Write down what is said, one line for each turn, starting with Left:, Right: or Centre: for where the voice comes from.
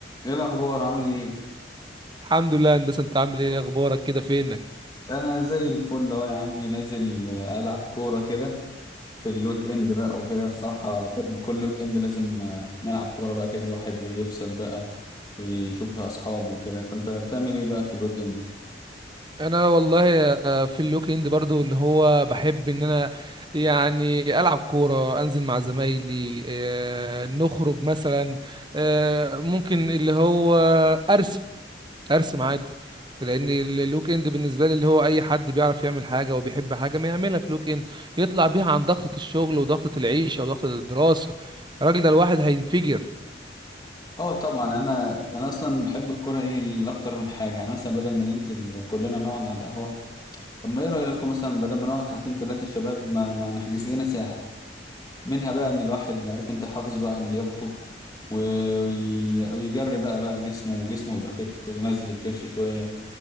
Left: ايه الاخبار عامل ايه
Right: الحمد لله يا هندسه انت عامل ايه اخبارك كده فينك
Left: انا زي الفل اهو يا عمي نازل آه، العب كوره كده في الويك اند بقى وكده الصراحه بحب كل ويك اند لازم آه، نلعب كوره بقى كده الواحد يفصل بقى يشوف بقى اصحابه وكده فانت بتعمل ايه بقى في الويك اند
Right: انا والله آه، في الويك اند برضو اللي هو بحب ان انا يعني العب كوره انزل مع زمايلي آه، نخرج مثلا آه، ممكن اللي هو ارسم ارسم عادي لان ال- الويك اند بالنسبه لي اللي هو اي حد بيعرف يعمل حاجه وبيحب حاجه ما يعملها في الويك اند يطلع بيها عن ضغطه الشغل وضغطه العيشه وضغطه الدراسه الراجل ده الواحد هينفجر
Left: اه طبعا انا انا اصلا بحب الكوره ايه لاكتر من حاجه يعني مثلا بدل ما ننزل كلنا نقعد على القهوه طب ما ايه رايكم مثلا بدل ما نقعد ساعتين ثلاثه شباب ما, ما نحجز لنا ساعه منها بقى ان الواحد عارف انت حافظ بقى على لياقته و- وي- ويجري بقى بقى جسمه وجسمه يبقى فت وينزل الكرش شوية